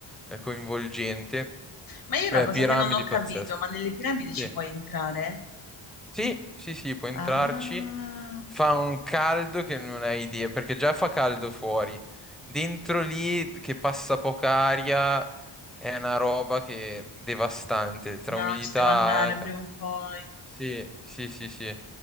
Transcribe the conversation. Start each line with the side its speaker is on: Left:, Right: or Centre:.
Centre: eh, coinvolgente.
Left: Ma io
Centre: Beh,
Left: una cosa
Centre: piramidi
Left: che non ho capito,
Centre: pazzesche.
Left: ma nelle piramidi
Centre: Sì,
Left: ci puoi entrare?
Centre: sì, sì, sì, puoi entrarci.
Left: Ah,
Centre: Fa un caldo che non hai idea, perché già fa caldo fuori. Dentro lì, che passa poca aria, è una roba che devastante, tra
Left: no,
Centre: umidità...
Left: ci devo andare prima o poi.
Centre: Sì, sì, sì, sì.